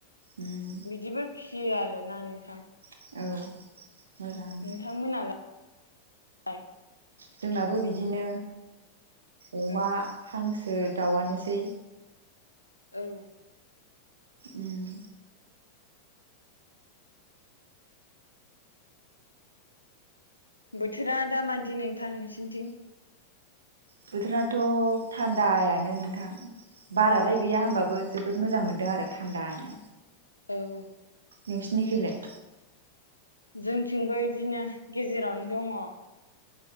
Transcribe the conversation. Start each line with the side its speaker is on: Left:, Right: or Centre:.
Right: उम
Left: बिदिबो फियो आरो ना नोंथां
Right: औ मोजाङानो
Left: नोंथांमोनालाय
Right: जोंनाबो बिदिनो अमा
Left: औ
Right: हांसो दाउआनोसै
Left: औ
Right: उम
Left: बोथोरा दामादि नोंथां नोंसिनिथिं
Right: बोथोराथ' थान्दायानो नोंथां बारालाय गैया
Left: ओ
Right: होमबाबो जोबोद मोजां मोनदों आरो थान्दानो
Left: औ
Right: नोंसिनिखैलाय
Left: जोंथिंबो बिदिनो गेजेरावनो दङ